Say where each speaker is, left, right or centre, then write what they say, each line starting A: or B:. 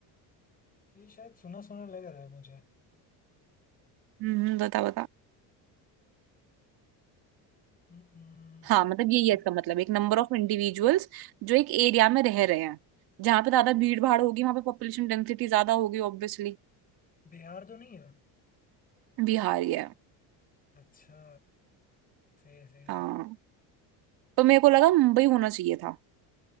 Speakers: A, on the left; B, on the right.
A: ये शायद सुना सुना लग रहा है मुझे
B: हम्म हम्म, बता बता
A: हम्म हम्म,
B: हाँ मतलब यही है
A: ये
B: इसका मतलब एक नंबर ऑफ इंडिविजुअल्स जो एक एरिया में रह रहे हैं जहां पे ज्यादा भीड़ भाड़ होगी वहां पे पॉपुलेशन डेंसिटी ज्यादा होगी ऑब्वियसली
A: बिहार तो नहीं है
B: बिहार ही है
A: अच्छा सही है सही
B: हाँ
A: है
B: तो मेरे को लगा मुंबई होना चाहिए था